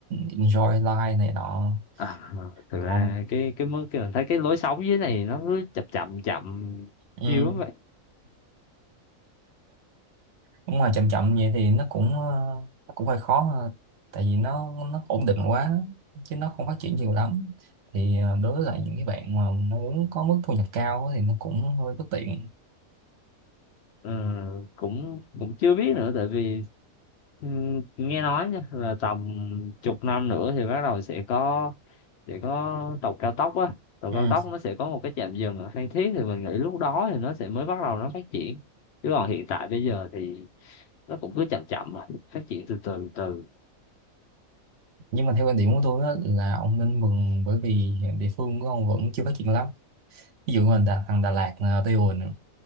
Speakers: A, on the right; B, on the left.
A: enjoy life này nọ
B: à, thực
A: còn
B: ra cái cái mức cái mình thấy cái lối sống dưới này nó cứ chậm chậm chậm
A: ừ
B: chiều lắm vậy
A: đúng rồi chậm chậm vậy thì nó cũng ờ, nó cũng hơi khó ha. tại vì nó nó ổn định quá chứ nó không phát triển nhiều lắm thì ờ, đối với lại những cái bạn mà nó muốn có mức thu nhập cao á thì nó cũng hơi bất tiện
B: Ờ, cũng cũng chưa biết nữa tại vì ừ, nghe nói nha là tầm chục năm nữa thì bắt đầu sẽ có sẽ có tàu cao tốc á tàu
A: ừ.
B: cao tốc nó sẽ có một cái trạm dừng ở Phan Thiết thì mình nghĩ lúc đó thì nó sẽ mới bắt đầu nó phát triển chứ còn hiện tại bây giờ thì nó cũng cứ chậm chậm mà phát triển từ từ từ
A: nhưng mà theo quan điểm của tôi á, là ông nên mừng bởi vì hiện địa phương của ông vẫn chưa phát triển lắm ví dụ mình Đà, thằng Đà Lạt ờ, Tây Hồ nè.